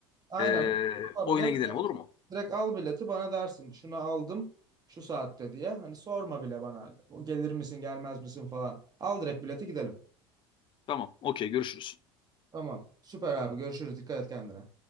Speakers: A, on the right (about 30°); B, on the left (about 40°).
A: aynen.
B: E,
A: Ama
B: oyuna
A: bile
B: gidelim olur mu?
A: Direkt al bileti bana dersin şunu aldım şu saatte diye. Hani sorma bile bana "O gelir misin gelmez misin falan. Al direkt bileti gidelim.
B: Tamam, okey görüşürüz.
A: Tamam süper abi görüşürüz dikkat et kendine.